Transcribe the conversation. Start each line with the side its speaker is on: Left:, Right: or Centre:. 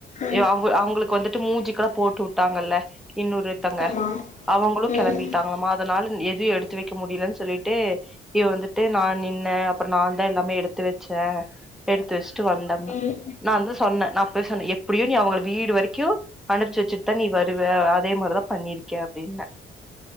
Left: ம்
Centre: ய அங்க அவுங்களுக்கு வந்துட் டு மூஞ்ச்சிக்கெல்லா போட்டு விட்டாங்கல்ல இன்னொருத்தங்க
Left: ஆமா
Centre: அவுங்களு கிளம்பிட்டாங்களமா
Left: ம்
Centre: <unintelligible> எது எடுத்து வைக்க முடியலு சொல்லிட்டு இவ வந்துட்டு நா நின்ன அப்புறோ நா தா எல்லாமே எடுத்து வச்சே எடுத்து வச்சு சு வந்தேன்னா
Left: ம்
Centre: நா வந்து சொன்னே நா அதா சொன்ன எப்படியு நீ அவுங்க வீடு வரைக்கு அனுபுச்சி வச்சுட்டு தா நீ வருவ அதே மாரிதா பண்ணிருக்க அப்படின்னே